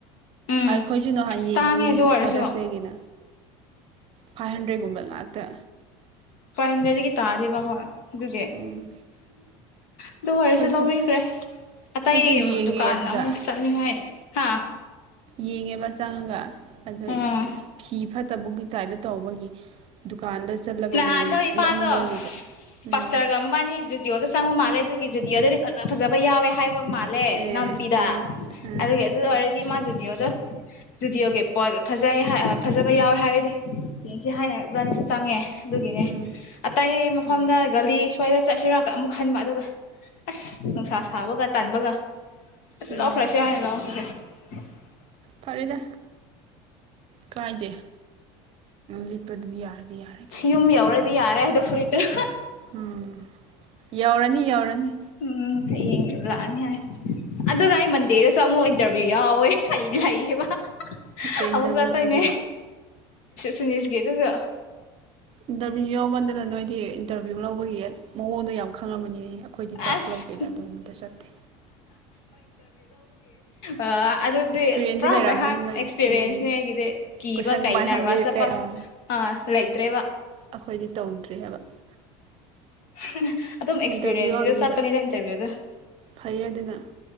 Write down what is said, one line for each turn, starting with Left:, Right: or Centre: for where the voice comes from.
Left: ꯎꯝ
Right: ꯑꯩꯈꯣꯏꯁꯨ ꯅꯍꯥꯟ ꯌꯦꯡꯉꯤꯅꯤꯅꯦꯅꯦ
Left: ꯇꯥꯡꯉꯦ ꯑꯗꯨ ꯑꯣꯏꯔꯁꯨ
Right: ꯐꯥꯗꯔꯁ ꯗꯦꯒꯤꯅ ꯐꯥꯏꯚ ꯍꯟꯗ꯭ꯔꯦꯠ ꯀꯨꯝꯕꯜ ꯉꯇ
Left: ꯐꯥꯏ ꯍꯟꯗ꯭ꯔꯦꯗꯒꯤ ꯇꯥꯗꯦꯕ ꯍ ꯑꯗꯨꯗꯤ
Right: ꯎꯝ
Left: ꯑꯗꯨ ꯑꯣꯏꯔꯁꯨ
Right: ꯑꯩꯈꯣꯏꯁꯨ
Left: ꯂꯧꯕꯤꯈ꯭ꯔꯦ
Right: ꯑꯩꯈꯣꯏꯁꯨ
Left: ꯑꯇꯩ
Right: ꯌꯦꯡꯉꯦ
Left: ꯗꯨꯀꯥꯟ
Right: ꯑꯗꯨꯗ
Left: ꯑꯃꯨꯛ ꯆꯠꯅꯤꯡꯉꯥꯏ ꯍꯥꯥ
Right: ꯌꯦꯡꯉꯦꯕ ꯆꯪꯉꯒ ꯑꯗꯨ
Left: ꯎꯝ
Right: ꯐꯤ ꯐꯠꯇꯕꯒꯤ ꯇꯥꯏꯞꯇ ꯇꯧꯕꯒꯤ ꯗꯨꯀꯥꯟꯗ ꯆꯠꯂꯒ
Left: ꯅꯍꯥꯟ ꯅꯣ ꯏ ꯄꯥꯗꯣ
Right: ꯑꯃꯨꯛ ꯂꯧꯔꯤꯕ ꯎꯝ
Left: ꯄꯁꯇꯔꯒꯝꯕꯥꯅꯤꯨꯖꯤꯑꯣꯗ ꯆꯉꯨ ꯃꯥ ꯑꯗꯨꯒꯤ ꯖꯨꯗꯤꯑꯣꯗꯨꯗꯤ ꯐ ꯐꯖꯕ ꯌꯥꯎꯋꯦ ꯍꯥꯏꯕ ꯃꯥꯂꯦ
Right: ꯑꯦ
Left: ꯅꯝꯕꯤꯤꯗ
Right: ꯑ ꯑ
Left: ꯑꯗꯨ ꯑꯗꯨ ꯋꯥꯔꯤꯔꯗꯤ ꯃꯥꯗꯤ ꯗꯤꯑꯣꯗꯣ ꯏꯁꯇꯨꯗꯤꯑꯣꯒꯤ ꯄꯣꯠ ꯐꯖꯩ ꯐꯖꯕ ꯌꯥꯎꯋꯦ ꯍꯥꯏꯔꯗꯤ ꯌꯦꯡ ꯁꯤ ꯍꯥꯏꯅ ꯂꯅꯤꯁꯨ ꯆꯪꯉꯦ ꯑꯗꯨꯒꯤꯅꯦ
Right: ꯎꯝ
Left: ꯑꯇꯩ ꯃꯐꯝꯗ
Right: ꯑꯣ
Left: ꯒꯥꯂꯤ ꯁ꯭ꯋꯥꯏꯗ ꯆꯠꯁꯤꯔꯒ ꯑꯃꯨꯛ ꯈꯟꯕ ꯑꯗꯨꯒ ꯑꯁ ꯅꯨꯡꯁꯥ ꯁꯥꯕꯒ ꯇꯟꯥꯟꯕꯒ
Right: ꯎꯝ
Left: ꯂꯧꯈꯔꯁꯤ ꯍꯥꯏ ꯂꯧꯈꯔꯦ <inaudible>
Right: ꯐꯔꯦꯗ ꯀꯥꯏꯗꯦ ꯂꯤꯠꯄꯗꯨꯗꯤ ꯌꯥꯔꯗꯤ ꯌꯥꯔ
Left: ꯌꯝ ꯌꯎꯗꯤ ꯌꯥꯔꯦ ꯑꯗꯨꯣ ꯐ ꯄꯨꯔꯤꯇ
Right: ꯎꯝ ꯌꯥꯎꯔꯅꯤ ꯌꯥꯎꯔꯅꯤ
Left: ꯎꯝ ꯍꯌꯦꯡ ꯂꯥꯛꯑꯅꯤ ꯍꯥꯏ ꯑꯗꯨꯒ ꯑꯩ ꯃꯟꯗꯦꯗꯁꯨ ꯑꯃꯨꯛ ꯏꯟꯇꯔꯚꯤꯌꯨ ꯌꯥꯎꯋꯦ ꯑꯩ ꯂꯩꯌꯦꯕ
Right: ꯀꯩ
Left: ꯑꯃꯨꯛ
Right: ꯏꯟꯇꯔꯚꯤꯌꯨꯅꯣ
Left: ꯆꯠꯇꯅꯦ
Right: ꯑꯗꯨꯅ
Left: ꯁꯅꯤꯁꯒꯦꯗꯨꯒ
Right: ꯏꯟꯇꯔꯚꯤꯌꯨ ꯌꯥꯎꯃꯟꯗꯅ ꯅꯣꯏꯗꯤ ꯏꯟꯇꯔꯚꯤꯌꯨ ꯂꯧꯕꯒꯤ ꯃꯑꯣꯡꯗꯣ ꯌꯥꯝ ꯈꯪꯂꯝꯕꯅꯤꯅꯦ ꯑꯩꯈꯣꯏꯗꯤ ꯄꯥꯛ
Left: ꯑꯁ
Right: ꯂꯧꯗꯦꯗ ꯑꯗꯨꯕꯇ ꯆꯠꯇꯦ
Left: ꯑ ꯑꯗꯨꯗꯤ
Right: ꯑꯦꯛꯁꯄꯤꯔꯤꯌꯦꯟꯗꯤ
Left: ꯄꯨꯔꯥ
Right: ꯂꯩꯔꯝꯃꯅꯤꯅ
Left: ꯕꯥꯏꯍꯥꯛ
Right: ꯅꯪ
Left: ꯑꯦꯛꯁꯄꯤꯔꯤꯌꯦꯟꯁꯅꯦ
Right: ꯎꯝ
Left: ꯑꯩꯒꯤꯗꯤ ꯀꯤꯕ
Right: ꯀꯣꯏꯁꯟ
Left: ꯀꯩ
Right: ꯀꯃꯥꯏꯅ
Left: ꯅꯔꯚꯁ
Right: ꯍꯪꯒꯦ
Left: ꯆꯠꯄ
Right: ꯀꯩ ꯑꯥ
Left: ꯑꯥ ꯂꯩꯇ꯭ꯔꯦꯕ
Right: ꯑꯩꯈꯣꯏꯗꯤ ꯇꯧꯗ꯭ꯔꯤ ꯍꯥꯏꯕ
Left: <unintelligible> ꯑꯗꯨꯝ ꯑꯦꯛꯁꯄꯤꯔꯤꯌꯦꯟꯁꯀꯤꯗ
Right: ꯏꯟꯇꯔꯚꯤꯌꯨ ꯌꯥꯎꯗꯕꯤꯗ
Left: ꯆꯠꯄꯅꯤꯗ ꯏꯟꯇꯔꯚꯤꯌꯨꯗ
Right: ꯐꯩꯌꯦ ꯑꯗꯨꯅ